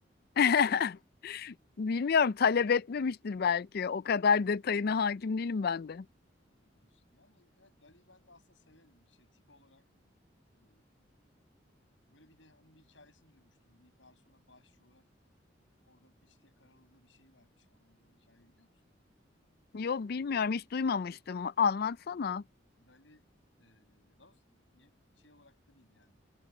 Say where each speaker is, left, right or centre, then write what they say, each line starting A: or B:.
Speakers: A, on the left (about 55°); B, on the left (about 80°).
A: <laughs> Bilmiyorum talep etmemiştir belki. O kadar detayına hakim değilim ben de.
B: olabilir. Yani evet Dali'yi ben de aslında severim. Şey, tip olarak eee, böyle bir de onun bir hikayesini duymuştum. Bir garsona bağışçı olarak orada peçeteye karaladığı bir şey vermiş falan diye o hikayeyi biliyor musun?
A: Yo bilmiyorum hiç duymamıştım. Anlatsana.
B: Dali eee daha doğrusu bir şey olarak da değil yani.